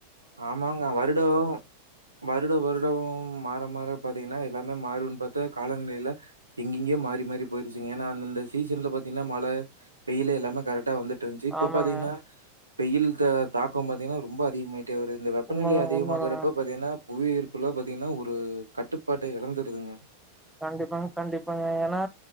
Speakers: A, on the right (about 80°); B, in the centre.
A: ஆமாங்க வருடவு வருட வருடவு மாற மாற பாத் பாத்தீங்கனா எல்லாமே மாறிடுன் பாத்தா காலநில எங்கெங்கேயோ மாறி மாறி போயிடுச்சுங்க ஏனா அந்தந்த சீசன்ல பாத்தீங்னா மழ வெயிலு எல்லாமே கரெக்டா வந்துட் டுருந்துச்சி இப்ப
B: ஆமாங்க
A: பாத்தீங்னா வெயில் த தாக்கோ பாத்தீங்னா ரொம்ப அதிகமாய் டு ஒரு இந்த வெப்பநிலை
B: உண்மதாங்க
A: அதிகமாகுறப்ப
B: உண்மதாங்க
A: பாத்தீங்னா புவியீர்ப்பலா பாத்தீங்னா ஒரு கட்டுப்பாட்ட இழந்துடுதுங்க
B: கண்டிப்பாங்க கண்டிப்பாங்க ஏனா